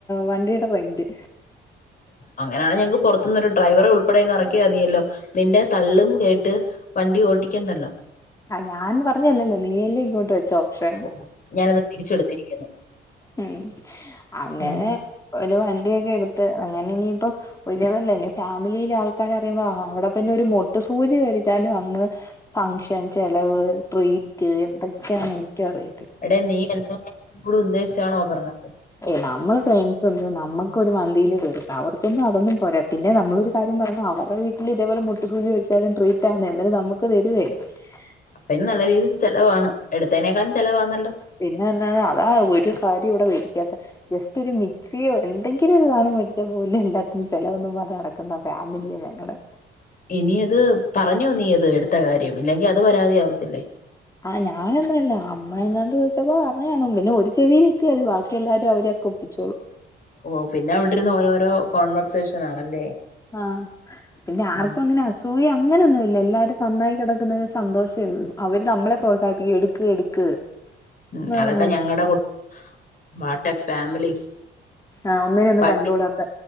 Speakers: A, on the left; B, on the left.
A: വണ്ടീടെ റൈറ്റ്
B: അങ്ങനെയാണേ ഞങ്ങക്ക് പൊർത്തുന്നോരു ഡ്രൈവറേ <unintelligible> എറക്കിയാ മതിയല്ലോ നിന്റെ തള്ളും കേട്ട് വണ്ടി ഓട്ടിക്കണ്ടല്ലോ
A: ആ ഞാൻ പർഞ്ഞല്ലല്ലോ നീയല്ലേ ഇങ്ങോട്ട് വെച്ചോ ക്ഷേ
B: ഓ, ഞാനത് തിരിച്ചെടുത്തിരിക്കുന്നു
A: ഉം അങ്ങനെ
B: ഉം
A: ഒരു വണ്ടിയോക്കെ എട്ത്ത് അങ്ങനെ ഇനീപ്പം പിന്നതല്ല ഞ്ഞി ഫാമിലീല് ആൾക്കാരറീമ്പോ അവടെ പിന്നെ ഒരു മൊട്ടു സൂചി വേടിച്ചാലും അങ്ങ് ഫങ്ഷൻ, ചെലവ്, ട്രീറ്റ് എന്തെക്കെയാന്ന് എനിക്കറീ
B: എട നീ എന്നെ കൂടെ ഉദ്ദേശിച്ചാണോ പർഞ്ഞ
A: ഏ നമ്മള് ഫ്രണ്ട്സ് എന്ത് നമ്മക്കൊര് മന്തീല് തീർക്കാ അവർക്കൊന്നും അതൊന്നും പോരാ പിന്നെ നമ്മള ഒരു കാര്യം പറഞ്ഞു അവര്ടെ വീട്ടില് ഇതേപോലെ മൊട്ട് സൂചി വച്ചാലും ട്രീറ്റാന്നേ അന്നേരം നമ്മക്ക് തരുവേ <inaudible>
B: അപ്പ ഇനി നല്ല രീതിയില് ചെലവാണ് എടുത്തേനേക്കാളും ചെലവാന്നല്ലോ.
A: പിന്നെന്താന്നേ അതാ ഒര് കാര്യേം ഇവടെ വേടിക്കാത്തെ ജസ്റ്റ് ഒരു മിക്സിയോ എന്തെങ്കിലും ഒരു സാനം മേടിച്ചാ പോലും എല്ലാത്തിനും ചെലവെന്നും പറഞ്ഞ് നടക്കുന്ന ഫാമിലിയാ ഞങ്ങടേ.
B: ഇനി അത് പറഞ്ഞോ നീയത് എടുത്ത കാര്യം, ഇല്ലെങ്കീ അത് പരാതിയാവത്തില്ലേ.
A: ആഹ് ഞാനൊന്നും അല്ല അമ്മ എങ്ങാണ്ട് വിളിച്ചപ്പോ പറഞ്ഞാണ് പിന്നെ ഒരു ചെവീല് മതി ബാക്കി എല്ലാരും അവരെയൊക്കെ ഒപ്പിച്ചോളും.
B: ഓ പിന്നെ അവിടെ ഇരുന്ന് ഓരോരോ കോൺവെർസേഷൻ ആണല്ലേ.
A: ആഹ്. പിന്നെ
B: ഉം
A: ആർക്കും അങ്ങനെ അസൂയ അങ്ങനെന്നുവില്ല എല്ലാരും നന്നായി കെടക്കുന്നതീ സന്തോഷേ ഉള്ളു. അവര് നമ്മളെ പ്രോത്സാഹിപ്പിക്കും എടുക്ക് എടുക്ക്
B: ഉം
A: എന്ന്
B: അതൊക്കെ
A: പറഞ്ഞ്
B: ഞങ്ങളടെ കുട് വാട്ടെ ഫാമിലി.
A: ആഹ് ഒന്നിന് ഒന്നും
B: വണ്ടി
A: കണ്ടൂടാത്തെ.